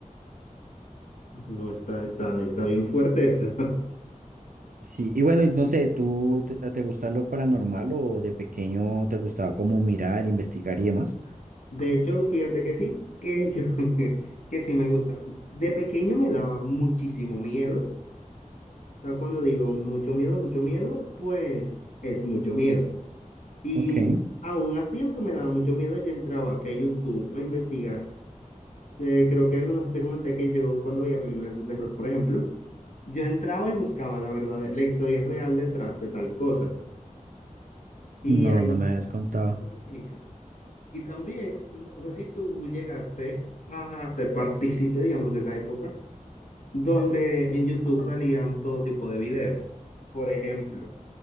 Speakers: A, on the left; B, on the right.
A: No, está, está, está bien fuerte esa.
B: Sí, y bueno, y no sé, ¿tú te, te gusta lo paranormal o de pequeño te gustaba como mirar, investigar y demás?
A: <laughs> De hecho, fíjate que sí, que yo, <laughs> que sí me gusta. De pequeño me daba muchísimo miedo. O sea, cuando digo mucho miedo, mucho miedo, pues es mucho miedo. Y
B: Ok,
A: aún así, aunque me daba mucho miedo, yo entraba aquí a YouTube a investigar. Eh, creo que algunos te comenté que yo, cuando veía películas de terror, por ejemplo, yo entraba y buscaba la verdad, la historia real detrás de tal cosa. Y
B: no,
A: ahí,
B: no me habías contado.
A: esos fueron mis inicios. Y también, no sé si tú llegaste a ser partícipe, digamos, de esa época, donde en YouTube salían todo tipo de videos. Por ejemplo,